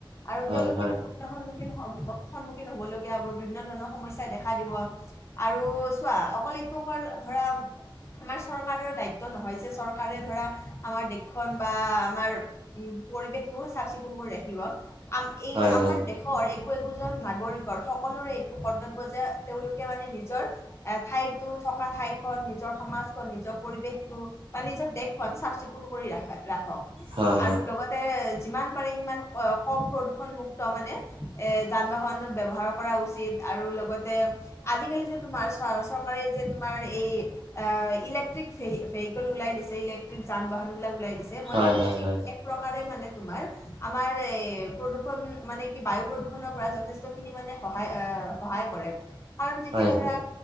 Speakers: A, on the left; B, on the right.
A: আৰু
B: হয়
A: তেওঁলোকে
B: হয়
A: সন-সন্মুখীন হবলৈ হব বিভিন্ন ধৰণৰ সমস্যা দেখা দিব আৰু চোৱা অকল এইটো অ', ধৰা আমাৰ চৰকাৰৰ দায়িত্ব নহয় যে চৰকাৰে ধৰা আমাৰ দেশখন বা আমাৰ উম, পৰিৱেশ টো চাফ চিকুণ কৰি ৰাখিব আমা এই
B: হয়
A: আমাৰ
B: হয়
A: দেশৰ একো একোজন নাগৰিকৰ সকলোৰে এইটো কৰ্তব্য যে তেওঁলোকে মানে নিজৰ এ ঠাইতো থকা ঠাই খন নিজৰ সমাজখন নিজৰ পৰিৱেশটো বা নিজৰ দেশখন চাফ চিকুণ কৰি ৰাখ- ৰাখক
B: হয়
A: আৰু লগত যিমান পাৰে সিমান কম প্ৰদূষণ মুক্ত মানে এ যান বাহন ব্যৱহাৰ কৰা উচিত আৰু লগতে আজিকালি যে তোমাৰ চ-চৰকাৰে যে তোমাৰ এই অ', ইলেক্ট্ৰিক ভে-ভেহিকল ওলাই দিছে ইলেক্ট্ৰিক যান বাহন বিলাক ওলাই দিছে যে
B: হয়
A: মই ভাবোঁ
B: হয়
A: যে
B: হয়
A: এইটো এক প্ৰকাৰে মানে তোমাৰ আমাৰ এ প্ৰদূষণ মানে কি বায়ু প্ৰদূষণৰ পৰা যথেষ্ট খিনি মানে সহায় এ সহায় কৰে কাৰণ যেতিয়া
B: হয়
A: ধৰা
B: হয়